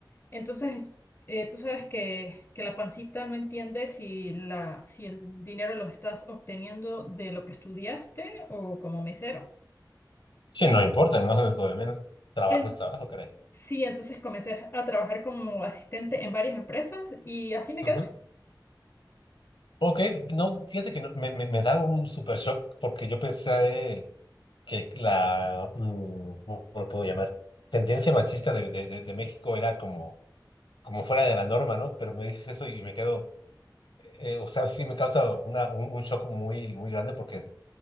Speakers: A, on the left (about 30°); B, on the left (about 85°).
A: entonces eh, tú sabes que, que la pancita no entiende si, la, si el dinero lo estás obteniendo de lo que estudiaste o como mesero.
B: Sí, no importa, no es lo de menos. Trabajo
A: En-
B: es trabajo, caray.
A: sí, entonces comencé a trabajar como asistente en varias empresas y así me
B: Ajá.
A: quedé.
B: Ok, no, fíjate que no, me, me, me da un super shock porque yo pensé que la, mm, ¿cómo lo puedo llamar? Tendencia machista de, de, de, de México era como, como fuera de la norma, ¿no? Pero me dices eso y me quedo, eh, o sea, sí me causa una, un, un shock muy, muy grande porque